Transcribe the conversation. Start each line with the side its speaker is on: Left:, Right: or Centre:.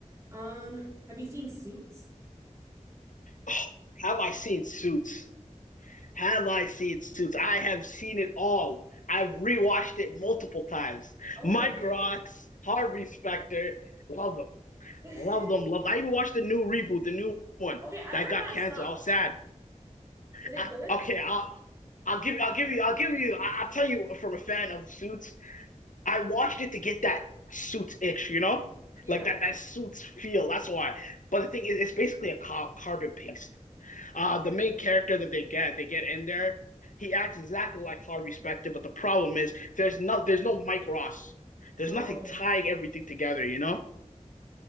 Right: Um, have you seen Suits?
Left: <sighs> Have I seen Suits? Have I seen Suits? I have seen it all. I've rewatched it multiple times.
Right: Oh,
Left: Mike
Right: okay.
Left: Ross, Harvey Specter, love them.
Right: <laughs>
Left: Love them, loved. I even watched the new reboot, the new one
Right: Okay, I
Left: that
Right: heard
Left: got
Right: that
Left: canceled.
Right: sucks.
Left: I was sad.
Right: Is it
Left: I,
Right: good?
Left: okay, I, I'll give you, I'll give you, I'll give you. I, will tell you from a fan of Suits, I watched it to get that Suits itch, you know,
Right: Yeah.
Left: like that that Suits feel. That's why. But the thing is, it's basically a car- carbon paste. Uh, the main character that they get, they get in there. He acts exactly like Harvey Specter, but the problem is there's no there's no Mike Ross. There's
Right: Oh,
Left: nothing tying everything together, you know.